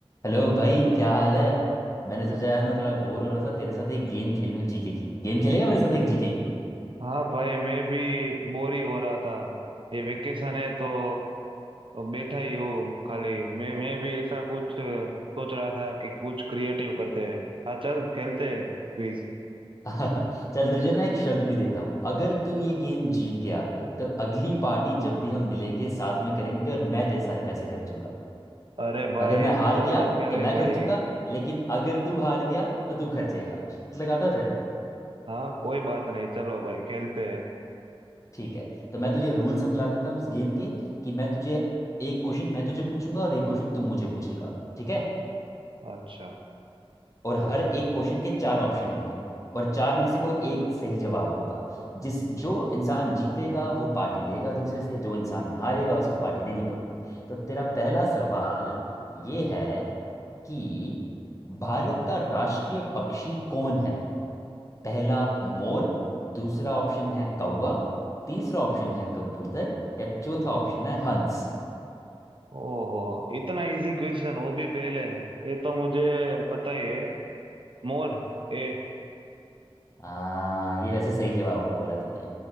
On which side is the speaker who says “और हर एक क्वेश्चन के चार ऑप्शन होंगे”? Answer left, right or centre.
Left